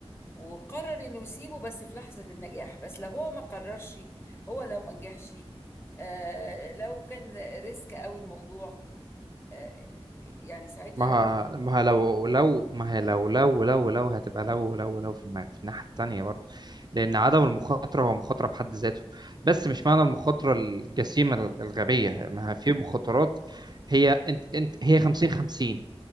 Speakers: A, on the left; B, on the right.
A: وقرر انه يسيبه بس في لحظة النجاح بس لو هو ما قررش هو لو ما نجحش آه، لو كان ريسك قوي الموضوع آه، يعني ساعتها
B: ما ه-
A: برضه
B: ما ه- لو لو ما هي لو لو لو لو هتبقى لو لو لو في, الم... في الناحية التانية برضه لأن عدم المخاطرة هو مخاطرة بحد ذاته بس مش معنى المخاطرة الجسيمة ال- الغبية ما هي في مخاطرات هي انت انت هي 50 50